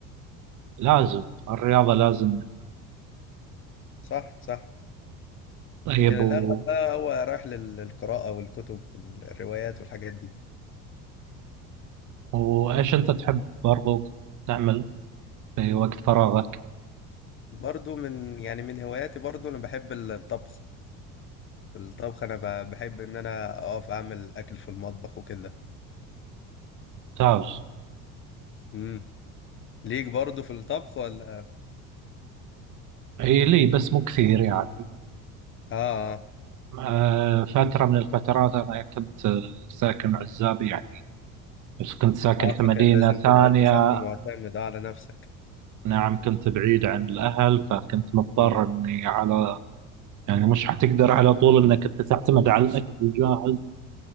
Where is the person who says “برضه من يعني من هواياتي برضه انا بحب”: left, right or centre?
Left